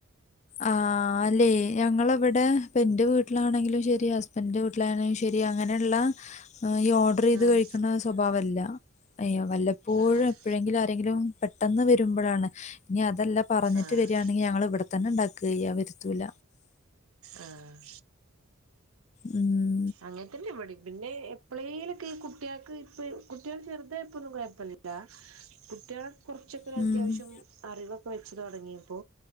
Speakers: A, on the left; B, on the right.
A: ആഹ് അല്ലേ ഞങ്ങളെ വടെ പ്പൊ ഇന്റെ വീട്ടിലാണെങ്കിലും ശെരി ഹസ്ബൻ്റിന്റെ വീട്ടിലാണെങ്കിലും ശെ രി അങ്ങനെള്ള ഈ ഓർഡെറെയ്ത്
B: ആഹ്
A: കഴിക്ക്ണെ സ്വഭാവല്ല. അയ്യോ വല്ലപ്പോഴും
B: ആഹ്
A: എപ്പഴെങ്കിലും ആരെങ്കിലും പെട്ടെന്ന് വരുമ്പഴാണ് ഇനി അ തല്ല പറഞ്ഞിട്ട്
B: ആഹ്
A: വെര്യാണെങ്കി ഞങ്ങൾ ഇവടെ തന്നെ ണ്ടാക്കയ്യ വെര്ത്തൂല.
B: ആഹ്
A: ഉം
B: അങ്ങൻത്തന്നെ ഇവടിം പിന്നെ എപ്പളേലൊക്കെ ഈ കുട്ട്യാക്ക് ഇപ്പ കുട്ട്യാള് ചെർതായപ്പോന്നും കൊഴപ്പൊന്നുല്ല കുട്ട്യാള് കൊർച്ചക്കൊരത്യാവശ്യം
A: ഉം,
B: അറിവൊ ക്കെ വെച്ച് തൊടങ്ങിയപ്പോ